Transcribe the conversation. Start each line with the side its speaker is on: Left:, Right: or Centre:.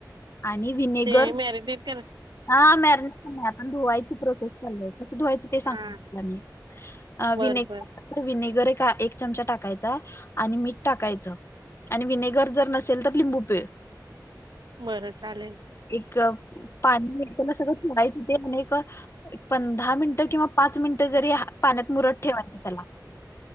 Left: आणि विनेगर
Right: ते मॅरिनेट कर
Left: हा मॅर <unintelligible> आपण धुवायची प्रोसेस चाल <unintelligible> धुवायच ते सांग
Right: हा
Left: तुला मी अ
Right: बर
Left: विने
Right: बर
Left: तर विनेगर एक अ एक चमचा टाकायचा आणि मीठ टाकायचं. आणि विनेगर जर नसेल तर लिंबू पिळ.
Right: बरं चालेल.
Left: एक पाणी <unintelligible> सगळं <unintelligible> पण दहा मिनिटं किंवा पाच मिनिटं जरी पाण्यात मुरत ठेवायचं त्याला.